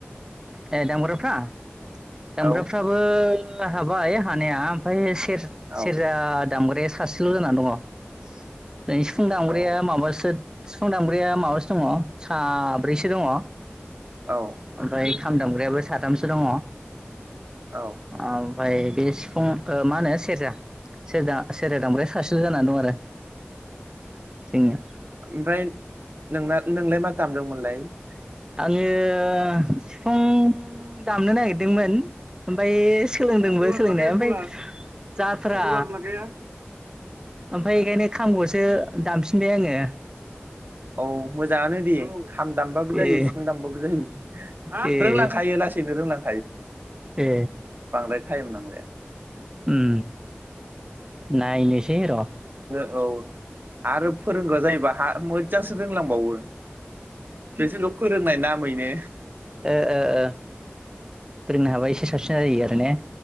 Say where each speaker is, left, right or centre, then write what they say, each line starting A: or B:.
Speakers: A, on the right (about 15°); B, on the right (about 50°).
A: ए दामबरफ्रा जामबग्राफ्राबो
B: औ
A: हाबाय हानाया ओमफ्राय सेर
B: औ अ औ
A: सेजा दामग द सासेल' जानानै दङ ननो सिफुं दामग्राया
B: औ
A: माबासो सिफुं दामब्रैया माबासो दङ साब्रैसो दङ ओमफ्रायफ्राय
B: औ ओ
A: खाम दामग्रायाबो साथामसो दङ
B: ओ
A: आं बाय बे सिफुं मा होनो सेरजा सरजा सेरजा दांब्राया सासेल' जानानै दं आरो जोंनिया
B: ओमफ्राय नोंना नोंलाय मा दामदोंमोनलाय
A: आङो बिफां दामनो नागिरदोंमोन ओमफ्राय सोलोंदोंबो
B: सलार
A: सोलोंनाया
B: लागाया
A: ओमफ्राय
B: सलार
A: जाथ्रा
B: सलार लागाया
A: ओमफफ्राय बेखायनो खामखौसो दामफिनबाय आङो
B: औ मोजाङानो दे खाम दामबाबो जायो
A: ए
B: सिफम दामबाबो जायो
A: ए
B: रोंलांखायो लासैनो रोंलां
A: ए
B: <inaudible> बांद्राय म नां <inaudible>
A: उम नायनोसै र'
B: औ आरो फोरोंगआ जायोैबा हा मोजांसो रोंलांबावो जसे <inaudible> नामैनो
A: ए <unintelligible> फोरोंनो हाबा एसे साबसिन जायो आरो ने